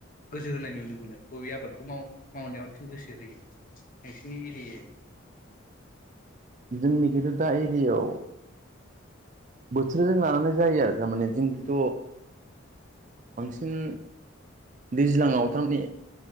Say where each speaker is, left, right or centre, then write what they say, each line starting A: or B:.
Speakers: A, on the left (about 40°); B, on the right (about 35°).
A: गोसो होनाय नुनो मोनो? बबे आबादखौ माव मावनायाव बांसिन गोसो होयो नोंसिनि एरियायाव?
B: जोंनिखैथ' दा एरियायाव बोथोरजों लानानै जायो आरो थारमाने जोंखैथ' बांसिन दैज्लाङाव थारमाने